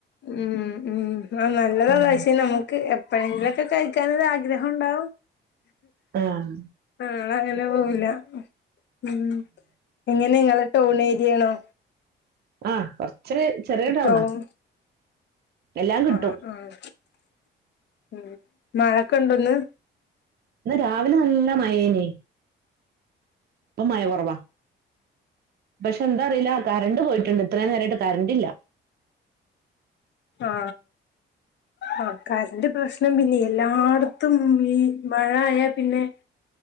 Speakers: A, on the left; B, on the right.
A: ഉം ഉ ആ നല്ലതാതാ
B: ഉം
A: പക്ഷേ നമുക്ക് എപ്പഴെങ്കിലുംക്കെ കഴിക്കാന ഗ്രഹം ഉണ്ടാവും
B: ആഹ്
A: ആള അങ്ങനെ പോവില്ല ഉം എങ്ങനെ നിങ്ങളെ ടൗൺ ഏരിയയാണോ
B: ആഹ കൊറച്ച് ചെറിയടാവണാ
A: ടൗൺ
B: എല്ലാം കിട്ടും
A: ആഹ് ആഹ് ഉം മഴൊക്കെ ഇണ്ടോന്ന്
B: എന്നാ രാവിലെ നല്ല മയേന അപ്പ മ കുറവാ പക്ഷെ എന്താ അറിയില്ല കരണ്ട് പോയിട്ടുണ്ട് അത്രയും നേരമായിട്ട് കരണ്ടില്ല
A: ആ ആ കരന്റ് പ്രശ്നം പിന്നെ എല്ലാടത്തും ഈ മഴായാ പിന്നെ